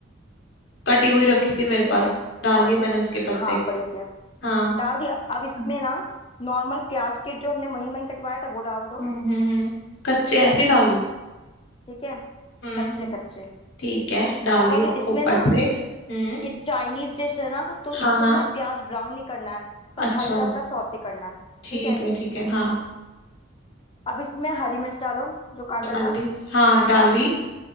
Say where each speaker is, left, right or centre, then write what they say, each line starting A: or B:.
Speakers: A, on the left; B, on the left.
A: कटी हुई रखी थी मेरे
B: ठीक
A: पास
B: है
A: डाल
B: और
A: दिए मैंने
B: उस
A: उसके पत्ते
B: हाँ बढ़िया किया
A: हाँ
B: डाल दिया अब इसमें
A: हम्म
B: ना नॉर्मल प्याज के जो हमने महीन महीन कटवाया था वो डाल दो
A: हम्म हम्म। कच्चे ऐसे ही डाल दूं
B: ठीक है
A: हम्म
B: कच्चे कच्चे
A: ठीक है डाल
B: और
A: दिए
B: इसमें
A: ऊपर
B: ना
A: से हम्म
B: ये चाइनीज डिश है ना तो
A: हाँ
B: इसको
A: हाँ
B: ना प्याज ब्राउन नहीं करना है बस
A: अच्छा
B: हल्का हल्का सौते करना है
A: ठीक
B: ठीक है
A: है ठीक है हाँ
B: अब इसमें हरी मिर्च डालो जो काटा
A: डाल
B: था
A: दी हाँ डाल दी